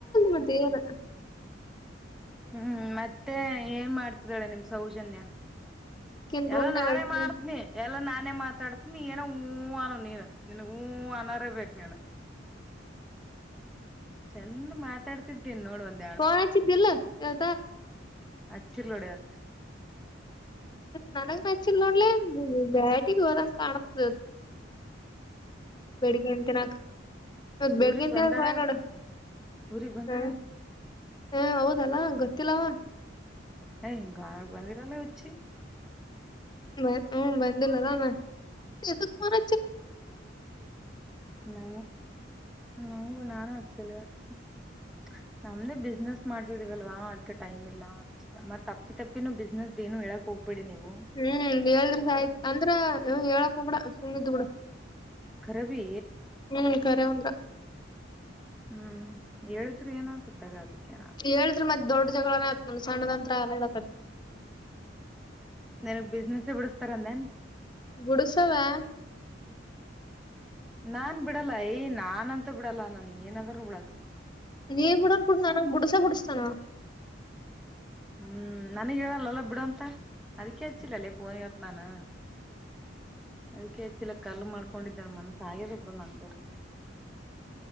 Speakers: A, on the left; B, in the centre.
A: ಮತ್ತೆ ಲ್ಲ
B: ಹ್ಮ್ ಮತ್ತೆ ಏನ್ ಮಾಡ್ತಿದಾಳೆ ನಿಮ್ ಸೌಜನ್ಯ
A: ಅಕಿನ್
B: ಎಲ್ಲ
A: ರೂಮ್ನಾಗ
B: ನಾನೇ
A: ಅಕಿ
B: ಮಾಡ್ತನಿ ಎಲ್ಲ ನಾನೇ ಮಾತಾಡ್ತೀನಿ ಏನೋ ಹೂ ಅನು ನೀನು ನನ್ಗ್ ಹೂ ಅನೋಾರೇ ಬೇಕು ನನ್ಗೆ ಚಂದ್ ಮಾತಾಡ್ತಿದ್ದೀನ್ಿ ನೋಡ್ ಒಂದ
A: ಪನ ಚಿದ್ದಲ್ಲ ಯ
B: ಅಚ್ಚಿ ಲೋಡೆಯತ್
A: ನನಗೆ ನಚ್ಚಿಲ್ಲಳ್ಳೆ ಬ್ಯಾಟಿಗೆ ಹೋದಂ ಕಾಣತದೆ ಬೆಡಗ್ಗೆ ಎಂತ ನಾಕ ಮದ್ ಬೆಳ್ಗ್ಗಂತ
B: ಊರಿಗ್ ಬಂದಾರ
A: ಹಗುವ ನೋಡ
B: ಊರಿಗ್ ಬಂದಾರ
A: ಹಾ ಹಾ ಹೌದಲ್ಲಾ ಗೊತ್ತಿಲ್ಲವಾ
B: ಹ ಗಾಾಯ ಮಂದಿರನೇ ಹಚ್ಚಿ
A: ಬ ಹ್ಮ್ ಬಂದಿಲ್ಲಲಣ ಎರಿಲ್ಲರ
B: ನ ನಂಗು ನಾನು ಹಚ್ಚಿಲ್ಲ ಆ ನಮ್ದೇ ಬಿಸ್ನೆಸ್ ಮಾಡ್ತಿದೀವಲ್ವಾ ಅದ್ಕ ಟೈಮ್ ಇಲ್ಲ ಮತ್ ತಪ್ಪಿ ತಪ್ಪಿನ ಬಿಸ್ನೆಸ್ ಏನು ಹೇಳಕ್ ಹೋಗ್ಬೇಡಿ ನೀವು
A: ಹ್ಮ್ ಹೇಳದ್ರ ಆಯ್ತು ಅಂದ್ರ ಹೇಳಕ ಹ ಬಿಡ ಸುಮಿದ್ದ್ ಕೂಡ
B: ಕರಬಿ
A: ಹ್ಮ್ ಕರೆ ಅಂದ್ರ
B: ಹ್ಮ್ ಹೇಳಿದ್ರು ಏನಾದೂ ತಗ ಅದಕ್ಕೆು
A: ಹೇಳ್ರಿ ಮತ್ ದೊಡ್ಡ ಜಗಳೇತ್ ಸಣ್ಣ ಅಂತ್ರಕತಿ
B: ನನ್ಗ್ ಬಿಸ್ನೆಸ್ ಬಿಡಿಸಸ್ತಾರ ನೇನ್
A: ಗುಡಸಾವ
B: ನಾನ್ ಬಿಡಲ್ಲ ಯ್ ನಾನ್ ಅಂತ ಬಿಡಲ್ಲ ನನ್ ಏನಾದ್ೂ ಬಿಡ
A: ನೀೇನು ಬಿುಡನ್ ಪುಡ ನನ ಬುಡಸ ಬುಡ್ತಾನನಾ
B: ಹ್ಮ್ ನನಗ ಹೇಳಲ್ಲಲ್ಲ ಬಿಡಂತ ಅದಕ್ಕೆೇಚ್ಚಿಲ್ಲಲ್ಲೇ ಪೋನವತ್ತು ನಾನು ಅದಕ್ಕೆ ಹೆಚ್ಚಿಲ್ಲ ಕಲ್ಲು ಮಾಡ್ಕೊಂಡಿದ್ದಾನ ಮನಸ ಆಗ್ಯದ ನಂದರ್